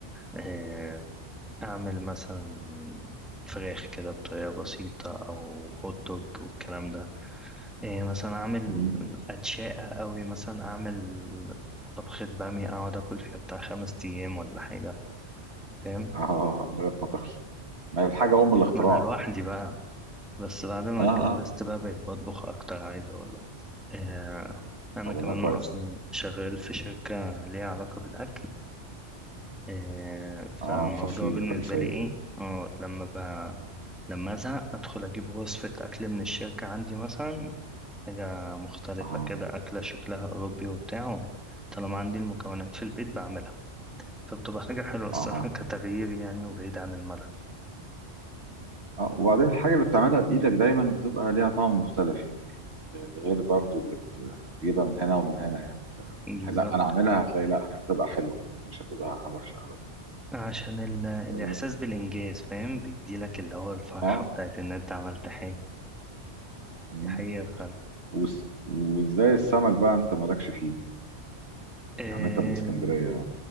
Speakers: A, in the centre; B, on the right.
A: آه، اعمل مثلا فراخ كده بطريقة بسيطة او هوت دوج والكلام ده إيه مثلا اعمل
B: مم.
A: اتشاقة قوي مثلا اعمل طبخة بامية اقعد اكل فيها بتاع خمس ايام ولا حاجة فاهم
B: اه لغايه ما تخلص ما هي الحاجه ام الاختراع
A: ما انا لوحدي بقى
B: يعني
A: بس بعد ما
B: اه
A: اتجوزت بقى
B: اه
A: بقيت بطبخ اكتر عايز اقول لك إيه انا
B: طب
A: كمان
B: والله كويس
A: اصلا شغال في شركة ليها علاقة بالاكل إيه فالموضوع
B: اه ففي
A: بالنسبة
B: خلفيه
A: لي ايه اه لما ب... لما ازهق ادخل اجيب وصفة اكل من الشركة عندي مثلا حاجة مختلفة
B: اه
A: كده أكلة شكلها أوروبي وبتاع طالما عندي المكونات في البيت بعملها فبتبقى حاجة حلوة الصراحة
B: اه
A: <laughs> كتغيير يعني وبعيد عن الملل
B: اه وبعدين الحاجة اللي بتعملها بإيدك دايما بتبقى ليها طعم مختلف يعني غير برضو اللي بت- بتجيبها من هنا ومن هنا يعني
A: بالظبط
B: ف- لا أنا عاملها هتلاقي لا هتبقى حلوة مش هتبقى وحشة أبدا
A: عشان ال... الإحساس
B: اه
A: بالإنجاز فاهم بيديلك اللي هو الفرحة
B: آه،
A: بتاعت إن أنت عملت حاجة
B: مم.
A: دي حقيقة فعلا
B: وس- وازاي السمك بقى انت مالكش فيه
A: إيه...
B: يعني انت من اسكندرية